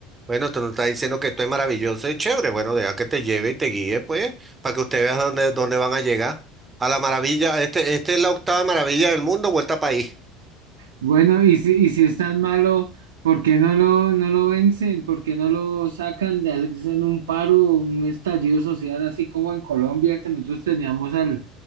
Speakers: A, on the right; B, on the right.
A: Bueno, tú no estás diciendo que esto es maravilloso y chévere. Bueno, deja que te lleve y te guíe, pues, para que usted vea dónde, dónde van a llegar. A la maravilla, este, este es la octava maravilla del mundo, vuelta país.
B: Bueno, y si, y si es tan malo, ¿por qué no lo, no lo vencen? ¿Por qué no lo sacan de hacen un paro, un estallido social así como en Colombia que nosotros teníamos al